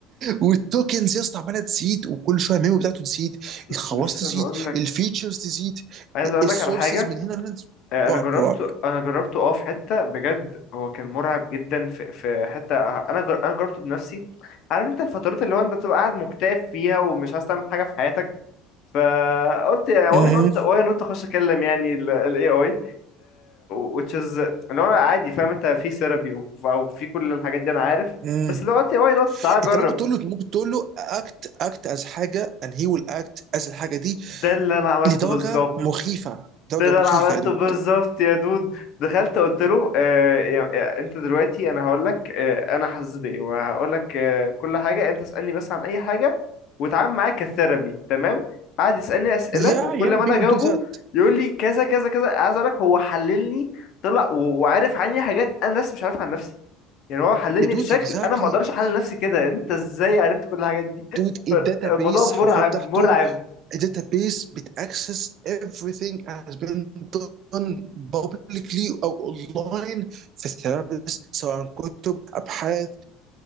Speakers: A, on the right; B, on the left.
A: والتوكنز يا اسطى عماله تزيد وكل شويه الميمو بتاعته تزيد الخواص
B: لسه
A: تزيد
B: بقول لك
A: الفيتشرز تزيد
B: عايز اقول
A: السورسز
B: لك على حاجه
A: من هنا من هنا
B: آه، انا
A: رعب
B: جربته
A: رعب
B: انا جربته اه في حته بجد هو كان مرعب جدا في في حته آه، انا جر... انا جربته بنفسي عارف انت الفترات اللي هو انت بتبقى قاعد مكتئب فيها ومش عايز تعمل حاجه في حياتك فقلت واي
A: مهم.
B: نوت واي نوت اخش اكلم يعني الاي اي which is اللي هو عادي فاهم انت في ثيرابي او في كل الحاجات دي انا عارف
A: مم.
B: بس اللي هو قلت واي نوت تعال جرب
A: انت ممكن تقول له ممكن تقول له اكت اكت از حاجه and he will act as الحاجه دي
B: ده اللي انا عملته
A: لدرجه
B: بالظبط
A: مخيفه درجه
B: ده اللي
A: مخيفه
B: انا عملته
A: يا دود
B: بالظبط يا دود دخلت قلت له آه يا- يا- انت دلوقتي انا هقول لك آه انا حاسس بايه وهقول لك آه كل حاجه انت اسالني بس عن اي حاجه واتعامل معايا كثيرابي تمام قعد يسالني اسئله
A: يا
B: وكل
A: يا
B: ما انا
A: people
B: اجاوبه
A: do that
B: يقول لي كذا كذا كذا عايز اقول لك هو حللني طلع و- وعارف عني حاجات انا نفسي مش عارفها عن نفسي يعني هو حللني
A: يا دود
B: بشكل
A: exactly
B: انا ما اقدرش احلل نفسي كده انت ازاي عرفت كل الحاجات دي <laughs>
A: دود الداتا
B: الموضوع
A: بيس
B: مرعب
A: حرفيا بتاعته
B: مرعب
A: a database بتاكسس everything has been done publicly او اونلاين في الثيرابيست سواء كتب ابحاث